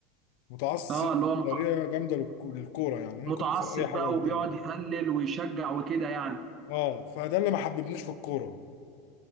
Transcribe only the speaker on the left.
متعصب
بطريقه جامده للك- للكوره يعني ممكن
يكسر اي حاجه
قدامه
اه فده اللي ما حببنيش في الكوره